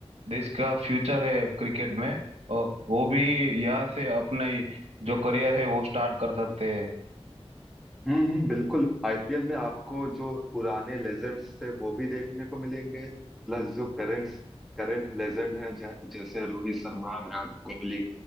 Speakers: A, on the right; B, in the centre.
A: देश का फ्यूचर है क्रिकेट में अ, वो भी यहाँ से अपना ही जो करियर है वो स्टार्ट कर सकते हैं
B: हम्म हम्म, बिल्कुल आईपीएल में आपको जो पुराने लेजेंड्स थे वो भी देखने को मिलेंगे प्लस जो करंट करंट लेजेंड है जैसे रोहित शर्मा विराट कोहली